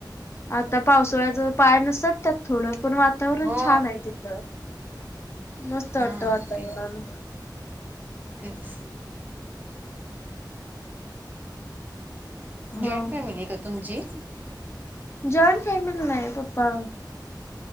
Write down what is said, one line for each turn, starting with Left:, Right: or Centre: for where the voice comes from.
Left: आता पावसाळ्याचा पाय नीसटत्यात थोडं पण वातावरण
Right: हो
Left: छान आहे‌. तर मस्त वाटत
Right: हा
Left: वातावरण
Right: ते तेच
Left: हा
Right: जॉईंट फॅमिली
Left: हा
Right: का तुमची?
Left: जॉईंट फॅमिली नाही पप्पा